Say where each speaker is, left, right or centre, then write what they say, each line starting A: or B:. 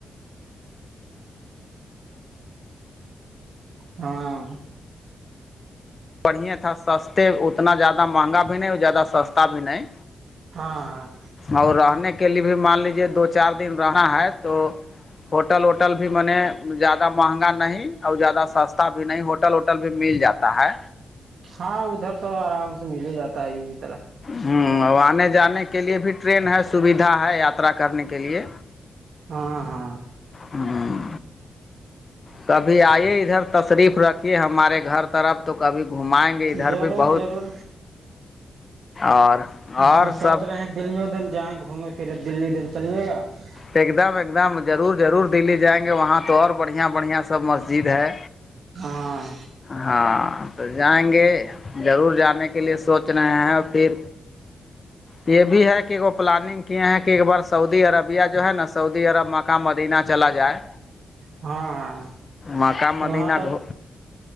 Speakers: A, on the right; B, on the left.
A: ہاں
B: بڑھیا تھا سستے اتنا زیادہ مہنگا بھی نہیں اور زیادہ سستا بھی نہیں
A: ہاں ہاں
B: اور رہنے کے لیے بھی مان لیجے دو چار دن رہنا ہے تو ہوٹل وٹل بھی م نے زیادہ مہنگا نہیں اور زیادہ سستا بھی نہیں ہوٹل ہوٹل ووٹل بھی مل جاتا ہے
A: ہاں ادھر تو آرام سے مل ہی جاتا ہے اسی طرح
B: ہوں آنے جانے کے لیے بھی ٹرین ہے سویدھا ہے یاترا کرنے کے لیے
A: ہاں ہاں
B: ہوں کبھی آئیے ادھر تشریف رکھیے ہمارے گھر طرف تو کبھی گھمائیں گے ادھر
A: ضرور
B: بھی بہت
A: ضرور
B: اور اور
A: ہاں
B: سب
A: <unintelligible>
B: ضرور ضرور دلی جائیں گے وہاں تو اور بڑھیا بڑھیا سب مسجد ہے
A: ہاں
B: ہاں تو جائیں گے ضرور جانے کے لیے سوچ رہے ہیں اور پھر یہ بھی ہے کہ وہ پلاننگ کیے ہیں کہ ایک بار سعودی عربیہ جو ہے نا سعودی عرب مقہ مدینہ چلا جائے
A: ہاں ہاں
B: مکہ مدینہ
A: وہاں تک
B: گھو